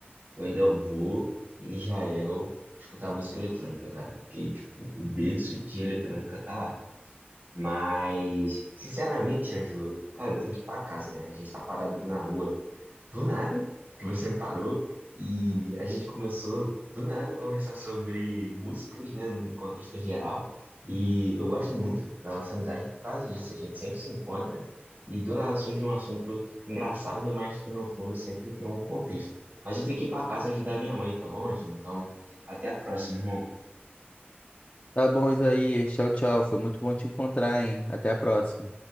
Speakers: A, on the right (about 55°); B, on the left (about 35°).
A: eu ainda vou em Israel escutar música eletrônica, cara, porque, tipo, o berço de eletrônica tá lá. Mas, sinceramente, Ângelo, cara, eu tenho que ir pra casa, né? A gente tá parado aqui na rua do nada, que você me parou, e a gente começou do nada a conversar sobre músicas, né, no contexto geral, e eu gosto muito da nossa amizade por causa disso, a gente sempre se encontra, e do nada surge um assunto engraçado, mas que no fundo sempre tem um contexto. Mas eu tenho que ir para casa ajudar minha mãe, tá bom, Ângelo? Então, até a próxima, irmão.
B: Tá bom, Isaías. Tchau, tchau. Foi muito bom te encontrar, hein? Até a próxima.